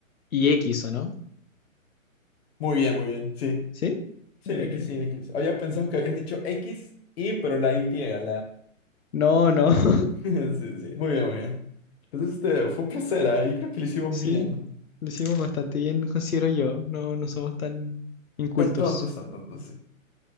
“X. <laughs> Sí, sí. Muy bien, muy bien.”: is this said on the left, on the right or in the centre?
Left